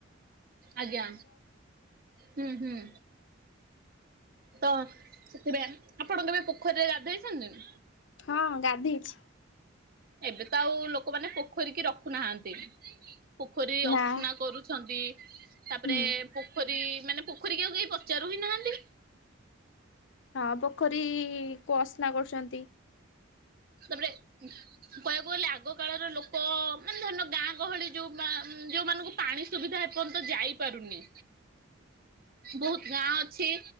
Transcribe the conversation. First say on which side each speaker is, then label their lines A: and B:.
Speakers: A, on the right; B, on the left.
A: ଆଜ୍ଞା। ହୁଁ ହୁଁ ତ ସେଥିପାଇଁ ଆପଣ କେବେ ପୋଖରୀରେ ଗାଧୋଇଛନ୍ତି।
B: ହଁ ଗାଧେଇଛି।
A: ଏବେ ତ ଆଉ ଲୋକମାନେ ପୋଖରୀ କିି ରଖୁନାହାନ୍ତି। ପୋଖରୀ
B: ନା
A: ଅସ୍ନା କରୁଛନ୍ତି ତାପରେ
B: ହୁଁ
A: ପୋଖରୀ ମାନେ ପୋଖରୀକି ଆଉ କେହି ପଚାରୁ ହିଁ ନାହାନ୍ତି।
B: ହଁ ପୋଖରୀ କୁ ଅସ୍ନା କରୁଛନ୍ତି।
A: ତାପରେ କହିବାକୁ ଗଲେ ଆଗ କାଳର ଲୋକ ମାନେ ଧରିନିୟ ଗାଁ ଗହଳି ଯୋଉ ଯୋଉମାନଙ୍କୁ ପାଣି ସୁବିଧା ଏପର୍ଯ୍ୟନ୍ତ ଯାଇପାରୁନି ବହୁତ ଗାଁ ଅଛି